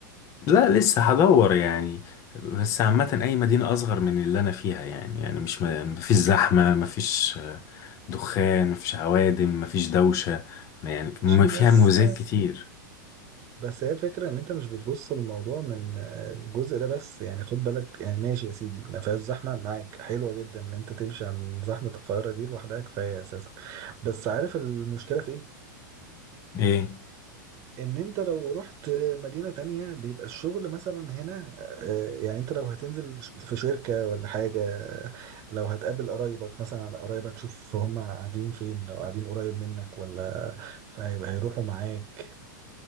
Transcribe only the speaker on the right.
ماشي
بس
بس هي الفكرة ان انت مش بتبص للموضوع من آه، الجزء ده بس يعني خد بالك يعني ماشي يا سيدي ما فيهاش زحمة معاك حلوة جدا ان انت تمشي عن زحمة القاهرة دي لوحدها كفاية اساسا بس عارف المشكلة في ايه
ان انت لو رحت مدينة تانية بيبقى الشغل مثلا هنا آه، يعني انت لو هتنزل ش- في شركة ولا حاجة لو هتقابل قرايبك مثلا قرايبك شوف هم قاعدين فين لو قاعدين قريب منك ولا فهيبقى هيروحوا معاك